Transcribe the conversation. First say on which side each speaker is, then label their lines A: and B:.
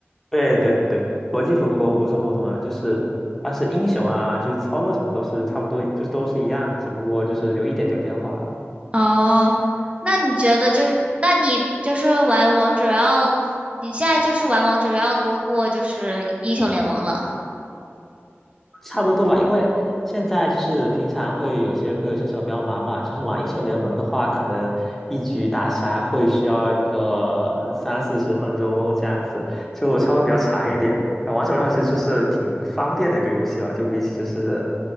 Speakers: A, in the centre; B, on the right (about 30°).
A: 对对对，国际服跟国服不是互通的，就是它是英雄啊，就是操作什么都是差不多，就是都是一样的，只不过就是有一点点变化了。
B: 哦，那你觉得就是，那你就是玩王者荣耀，你现在就是玩王者荣耀多过就是英雄联盟了。
A: 差不多吧，因为现在就是平常会有些会有些时候比较忙嘛，就是玩英雄联盟的话，可能一局打下来会需要个三四十分钟这样子，就稍微比较长一点。啊，王者荣耀其实就是挺方便的一个游戏吧，就比起就是